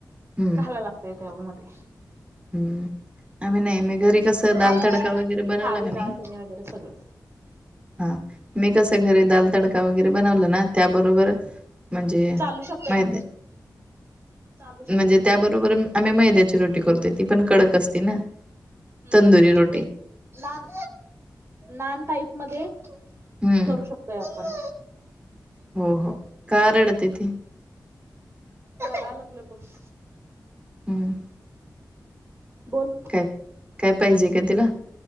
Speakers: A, on the right; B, on the right.
A: हम्म
B: घालाय लागतय त्यावमध्ये
A: हम्म आम्ही नाही मी घरी कसं दाल
B: ह
A: तडका वगैरे बनवला
B: हारडाळतनी
A: का नाही
B: वगैरे सगळं.
A: हा मी कस घरी दाल तडका वगैरे बनवलं ना त्याबरोबर म्हणजे
B: चालू शकतंय
A: माहित
B: चालू शकते.
A: म्हणजे त्याबरोबर. बरोबर आम्ही मैद्याची रोटी करतोय ती पण कडक असते ना.
B: हम्म
A: तंदुरी रोटी
B: ते नान नान टाईप मध्ये
A: हम्म
B: करू शकतोय आपण
A: हो हो का रडत ये ते
B: लागलं बक.
A: हम्म.
B: बोल.
A: काय काय पाहिजे का तिला